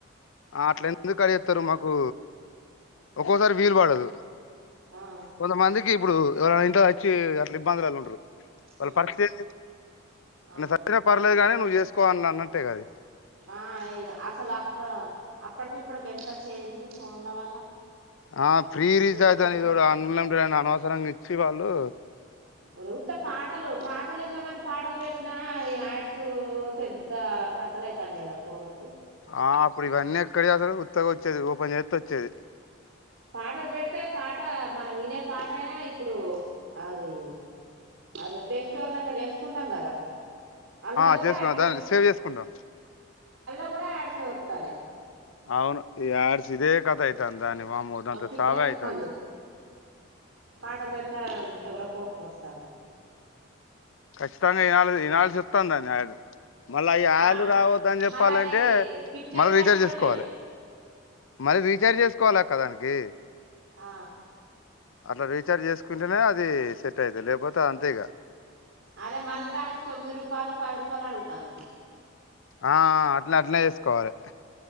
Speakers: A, on the left (about 70°); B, on the right (about 75°).
A: ఆ అట్ల ఎందుకు కడియెస్తారు మాకు ఒక్కోసారి వీలు పడదు
B: ఆ ఆ,
A: కొంతమందికి ఇప్పుడు ఎవరన్నా ఇంట్లో వచ్చి అట్లా ఇబ్బందులు ఉండరు వాళ్ళు
B: ఉమ్,
A: పరిస్థితి
B: ఉమ్,
A: ఏంది
B: అవును
A: నువ్వు చచ్చినపర్లేదు కాగాని నువ్వు చేసు కో అన్ అన్నట్టే కది
B: బ ఇగా అసలు అప్పుడు అప్పటికిప్పటికి ఎంత చేంజ్ ఫోన్ల వల్ల
A: ఆ ఫ్రీ
B: అప్పుడు
A: రీచార్జ్
B: ఎట్లుండేది
A: అని చూడు అన్లిమిటెడ్ అని అనవసరంగా ఇచ్చి వాళ్ళు
B: రు త్త పాటలు పాటలు విందామని పాటలు పెట్టినా ఈ ఆయకూ పెద్ద క తలయితా నే రా ఫోన్ల
A: ఆ ఇప్పుడు ఇవన్నీ ఎక్కడ అసలు ఉత్తగా వచ్చేది ఓపెన్ చేస్త వచ్చేది
B: పాటలు పెడితే పాట మనం వినే పాట అయినా ఇప్పుడు అది అది ప్లే స్టోర్ లెక్క చేసుకుంటాం కదా అల్లా
A: ఆ
B: కూడా
A: చేసుకు
B: యాడ్స్
A: దాన్ని సేవ్ చేసుకుందాం
B: ఇప్పుడు యాడ్స అతన్నియి
A: అవును ఈ యాడ్స్ ఇదే కథ అయితంది దానివ మూత అంతా
B: పిచ్చేత్తాంది
A: సావైతంది
B: పాటలు పెట్టాలి అంటే కూడా కోపం అత్తంది
A: ఖచ్చితంగా ఈనాళ ఈనాల్సాత్తది దన్ని ఆడ్ మళ్ళ ఈ యాడ్లు
B: ఆ
A: రావద్ద అని చెప్పాలంటే
B: మళ్ళ అది స్కిప్ చేసేటట్టు
A: మళ్ళీ రీచార్జ్
B: కూడా
A: చేసుకోవాలి
B: లేదు
A: మరిీ రీఛార్జ్ చేసుకోవాలా అక్క దానికి
B: ఆ
A: అట్లా రీఛార్జ్ చేసుకుంటేనే అది సెట్ అయితది లేకపోతే అది అంతేఇగ
B: అదే మళ్లదానికి తొమ్మిది రూపాయలు పది రూపాయలు అడుగుతంది
A: ఆ అట్లా అట్నే చేసుకోవాలి